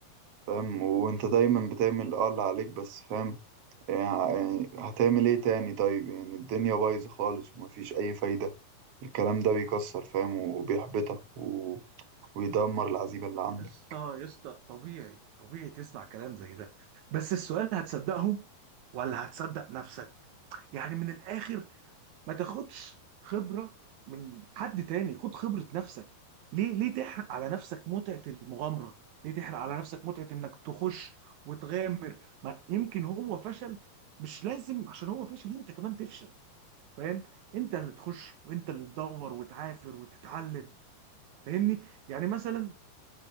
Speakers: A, on the right; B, on the right.
A: فاهم وانت دايما بتعمل اه اللي عليك بس فاهم يعني هتعمل ايه تاني طيب يعني الدنيا بايظة خالص ومفيش أي فايدة الكلام ده بيكسر فاهم وبيحبطك و... ويدمر العزيمة اللي عندك
B: يا اسطى يا اسطى طبيعي طبيعي تسمع كلام زي ده بس السؤال هتصدقه ولا هتصدق نفسك يعني من الاخر ما تاخدش خبرة من حد تاني خد خبرة نفسك ليه ليه تحرق على نفسك متعة المغامرة ليه تحرق على نفسك متعة انك تخش وتغامر ما يمكن هو فشل مش لازم عشان هو فشل انت كمان تفشل فاهم انت اللي تخش وانت اللي تدور وتعافر وتتعلم فاهمني يعني مثلا